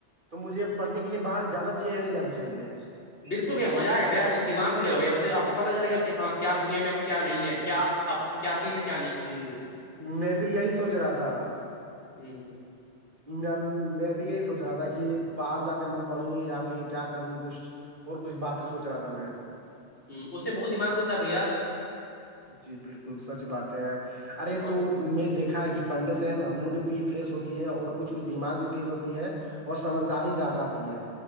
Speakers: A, on the right (about 45°); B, on the left (about 70°).
A: تو مجھے پڑھنے کے لیے باہر جانا چاہیے یا نہیں جانا چاہیے
B: بھ مز آئے گ بھیا اس سے دماغ کھلے گ بھیا اس آپ کو پتا چے گا کہ ہاں کیا دنیا میں ہے کیا نہیں ہے کیا آپ کیا چیز ہے کیا
A: جی میں بھی یہی سوچ رہا تھا
B: ہوں
A: میں میں بھی یہی سوچ رہا تھا کہ باہر جا کر میں پڑھوں یا پھر کیا کروں کچھ اور کچھ باتیں سوچ رہا تھا میں
B: ہ اس سے بہت دماغ کھتا بھیا
A: جی بالکل سچ بات ہے ارے
B: اور
A: تو میں دیکھا ہے کہ پڑھنے سے ہے نا موڈ بھی فریش ہوتی ہے اور کچھ کچھ دماغ بھی تیز ہوتی ہے اور سمجھداری زیادہ آتی ہے